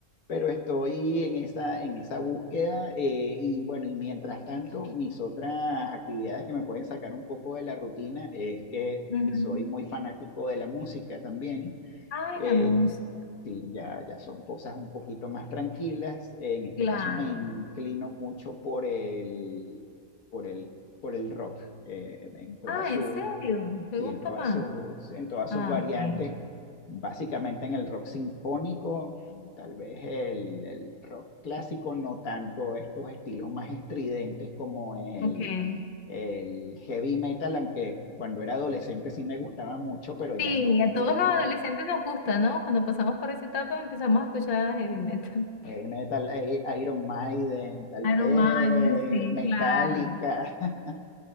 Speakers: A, on the left; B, on the left.
A: pero estoy en esa, en esa búsqueda eh, y bueno, y mientras tanto, mis otras actividades que me pueden sacar un poco de la rutina es que mm,
B: Ujú.
A: soy muy fanático de la música también.
B: Ay,
A: eh,
B: la música,
A: Sí, ya, ya son cosas un poquito más tranquilas. En este
B: claro.
A: caso me inclino mucho por el, por el, por el rock, eh, en todas
B: Ah,
A: sus
B: ¿en serio? ¿Te
A: Sí,
B: gusta
A: en todas
B: más?
A: sus, en todas
B: Ah,
A: sus variantes,
B: ok,
A: básicamente en el rock sinfónico, tal vez el, el rock clásico, no tanto estos estilos más estridentes como el,
B: ok.
A: el heavy metal, aunque cuando era adolescente sí me gustaba mucho, pero ya
B: Sí,
A: no,
B: a todos
A: ya
B: los
A: no,
B: adolescentes nos gusta, ¿no? Cuando pasamos por esa etapa empezamos a escuchar heavy metal.
A: heavy metal, eh, Iron Maiden, tal
B: Iron
A: vez
B: Maiden, sí,
A: Metallica,
B: claro.
A: <laughs>